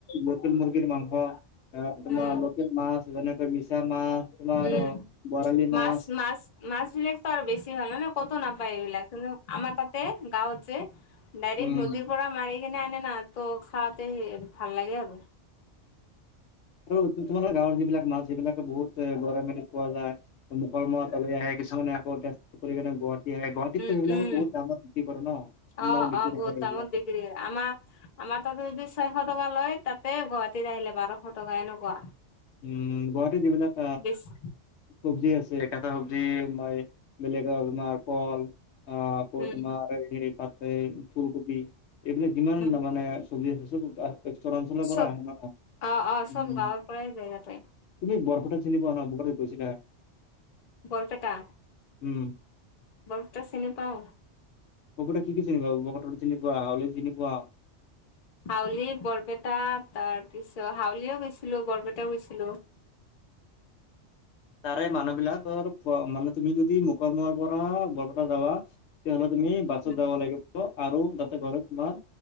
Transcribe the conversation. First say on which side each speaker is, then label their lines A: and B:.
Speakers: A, on the left; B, on the left.
A: লটেল মুৰ্গীৰ মাংস অ, তোমাৰ
B: উম
A: লোকেল মা আছছে যেনেকৈ মাছ তোমাৰ
B: উম,
A: বৰালি মাছ
B: মাছ-মাছ-মাছ বিলাকতো আৰু বেছি হ'ল নে ক'তো নাপায় এইবিলাক, কিন্তু আমাৰ তাতে গাঁৱত যে ডাইৰেক্ট
A: উম
B: নদীৰ পৰা মাৰি কিনে আনে না, ত' খাওঁতে ভাল লাগে আৰু <inaudible>
A: আৰু তোমালোকৰ গাঁৱৰ যিবিলাক মাছ যিবিলাকে বহুত এ গৰৈমাৰীত পোৱা যায়, মুকালমুৱা তালৈ আহে কিছুমানে আকৌ <unintelligible> আহে, গুৱাহাটীততো
B: উম
A: এইবিলাক
B: উম
A: বহুত দামত বিক্ৰী কৰে ন, তোমালোকৰ
B: অ
A: বিক্ৰী
B: অ বহুত
A: নকৰে
B: দামত
A: এইবিলাকত
B: বিক্ৰী কৰে। আমাৰ আমাৰ তাতে যদি ছয়শ টকা লয় তাতে গুৱাহাটীত আহিলে বাৰশ টকা এনেকুৱা
A: উম, গুৱাহাটী যিবিলাক
B: বেছি
A: চব্জি আছে, কটা চব্জি মাই বেলেগৰ তোমাৰ ফল, আকৌ
B: উম
A: তোমাৰ এই পাত এই ফুলকবি এইবিলাক যিমান
B: উম
A: মানে চব্জি আছে চব <unintelligible>
B: চব,
A: পৰা আহে ন
B: অ'-অ',
A: উম।
B: চব গাঁৱৰ পৰাই যায় তাতে
A: তুমি বৰপেটাক চিনি পোৱা ন, কৰ'বলে গৈছিলা
B: বৰপেটা?
A: উম।
B: বৰপেটা চিনি পাওঁ।
A: বৰপেটা কি কি চিনি পোৱা, <unintelligible> চিনি পোৱা হাউলি চিনি পোৱা?
B: হাউলী, বৰপেটা তাৰ পিছত হাউলিও গৈছিলো, বৰপেটাও গৈছিলো। <inaudible>
A: তাৰে মানুহবিলাকৰ মানে তুমি যদি মুকালমুৱাৰ পৰা বৰপেটা যাবা, তেতিয়াহ'লে তুমি বাছত
B: উম
A: যাব লাগিব আৰু তাতে গৈ লৈ তোমাৰ